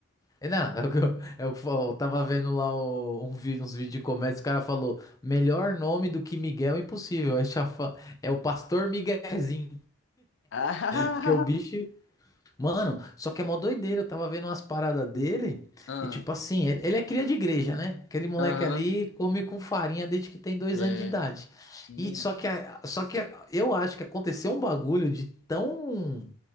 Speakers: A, on the left; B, on the left.
A: É, Não, é o que eu, é o que eu, eu tava vendo lá o- um vídeo, uns vídeos de comédia, o cara falou, melhor nome do que Miguel é impossível, aí já fa- é o Pastor Miguezinho,
B: <laughs>
A: porque o bicho, mano, só que é mó doideira, eu tava vendo umas paradas dele,
B: Ah,
A: e tipo assim, ele, ele é cria de igreja, né? Aquele moleque
B: aham.
A: ali come com farinha desde que tem dois
B: É,
A: anos de idade,
B: sim.
A: e só que, a- só que a- eu acho que aconteceu um bagulho de tão